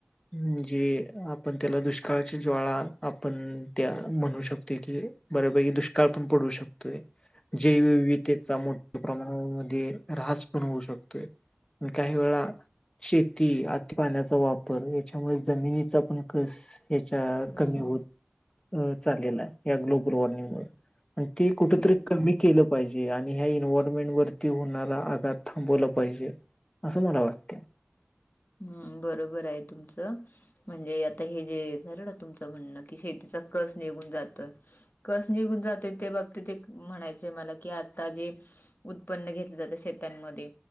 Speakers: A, on the left (about 20°); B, on the left (about 50°).
A: म्हणजे पण त्याला दुष्काळाच्या ज्वाळा आपण त्या म्हणू शकतोय की बऱ्यापैकी दुष्काळ पण पडू शक तोय जैवविधतेचा मोठ्या प्रमाणामामध्ये राहस पण होऊ शकतोय. म काही वेळा शेती आती पाण्याचा वापर याच्यामुळे जमिनीचा पण कस ह्याच्या
B: कस
A: कमी होत चाललेला आहे ग्लोबल वॉर्मिंगमुळे. आणि ती कुठ
B: हम्म
A: तरी कमी केलं पाहिजे आणि ह्या इनवरोनमेंट वरती होणारा आघात थांबवला पाहिजे. असं मला वाटतंय.
B: हम्म बरोबर आहे तुमचं. म्हणजे आता हे जे झालं ना तुमचं म्हणणं की शेतीचा कस निघून जातोय. कस निघून जाते त्या बाबतीत एक म्हणायचंय मला की आता जे उत्पन्न घेतलं जाते शेतांमध्ये